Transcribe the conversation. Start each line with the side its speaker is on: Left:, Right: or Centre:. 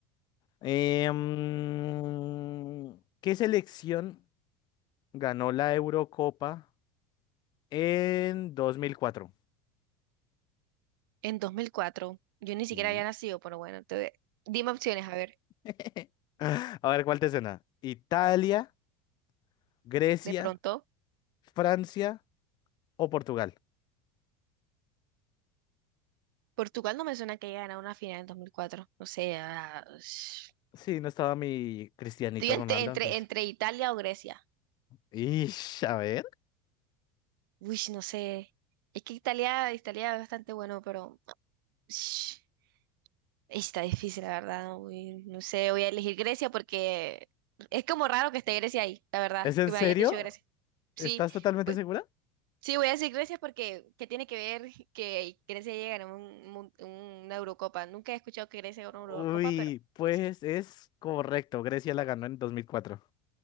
Left: Em, ¿qué selección ganó la Eurocopa en 2004?
Right: En 2004. Yo ni siquiera
Left: Sí.
Right: había nacido, pero bueno. Entonces Dime opciones, a ver.
Left: <laughs> A ver, ¿cuál te suena? ¿Italia, Grecia,
Right: De pronto.
Left: Francia o Portugal?
Right: Portugal no me suena que haya ganado una final en 2004. No sé. ah, sh-
Left: Sí, no estaba mi Cristianito
Right: estoy entre,
Left: Ronaldo
Right: entre,
Left: antes.
Right: entre Italia o Grecia.
Left: Ish, a ver.
Right: Uy, no sé. Es que Italia, Italia es bastante bueno, pero sh, está difícil, la verdad. Uy, no sé, voy a elegir Grecia porque es como raro que esté Grecia ahí, la verdad,
Left: ¿Es en
Right: que me
Left: serio?
Right: hayas dicho Grecia. Sí,
Left: ¿Estás totalmente
Right: bu-
Left: segura?
Right: sí, voy a decir Grecia porque ¿qué tiene que ver que Grecia llegue a ganar un mun- una Eurocopa? Nunca he escuchado que Grecia gane una
Left: Uy,
Right: Eurocopa, pero voy
Left: pues
Right: a decir.
Left: es correcto. Grecia la ganó en 2004.